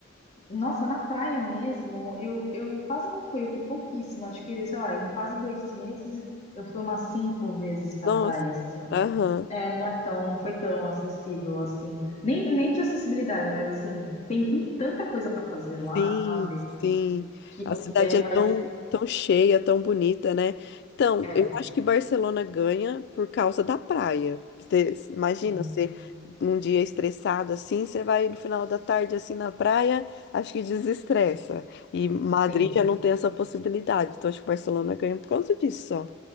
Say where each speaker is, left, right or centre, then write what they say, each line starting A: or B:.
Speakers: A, on the left; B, on the left.
A: nossa, na praia mesmo, eu, eu quase não fui, eu fui pouquíssimo, acho que, sei lá, em quase dois meses eu fui umas cinco vezes pra
B: nossa.
A: praia, assim.
B: Aham.
A: É, não é tão, não foi tão acessível assim. Nem, nem de acessibilidade, mas assim, tem tan- tanta coisa para fazer lá,
B: Sim,
A: sabe?
B: sim.
A: Que
B: A
A: você
B: cidade
A: vai.
B: é tão, tão cheia, tão bonita, né? Então,
A: É,
B: eu acho que Barcelona ganha por causa da praia. Você- imagina
A: sim,
B: você um dia estressado assim, você vai no final da tarde assim na praia, acho que desestressa. E Madrid
A: sim.
B: já não tem essa possibilidade. Então, acho que Barcelona ganha por causa disso, só.